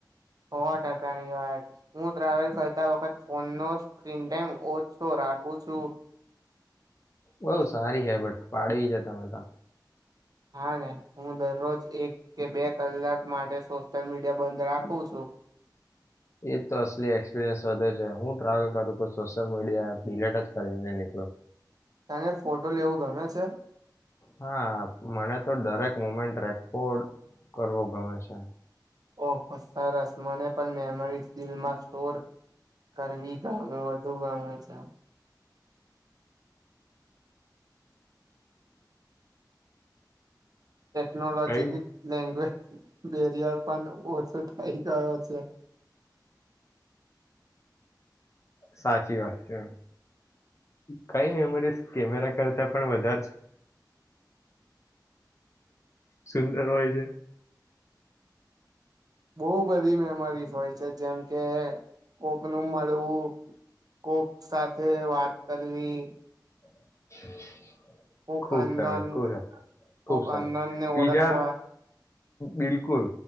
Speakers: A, on the right (about 55°); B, on the left (about 40°).
A: હો ટકાની વાત. હું ટ્રાવેલ કરતા વખત ફોનનો સ્ક્રીન ટાઈમ ઓછો રાખું છું.
B: બઉ સારી હે બટ પાડવી છે તમે તો.
A: હા ને હું દરરોજ એક કે બે કલાક માટે સોશિયલ મીડિયા બંધ રાખું છું.
B: એ તો અસલી એક્સપિરિયન્સ વધે છે હું ટ્રાવેલ કરું તો સોશિયલ મીડિયા ડીલેટ જ કરીને નીકળું.
A: તને ફોટો લેવું ગમે છે?
B: હા મને તો દરેક મુમેન્ટ રેકોર્ડ કરવો ગમે છે.
A: ઓહો સરસ મને પણ મેમરી દિલમાં સ્ટોર કરવી ગમે વધુ ગમે છે. ટેકનોલોજીથી
B: કઈ
A: લેંગવેજ બેરિયર પણ ઓછો થઇ ગયો છે.
B: સાચી વાત છે એમ કઈ મેમરી કેમેરા કરતા પણ વધારે સુંદર હોય છે?
A: બહુ બધી મેમરીઝ હોય છે જેમકે કોકનું મળવું, કોક સાથે વાત કરવી
B: <inaudible>
A: કોક
B: ખુબ
A: અનનોન
B: સરસ ખૂબ
A: કોક
B: સરસ
A: અનનોન ને
B: બીજા
A: ઓળખવા
B: બિલકુલ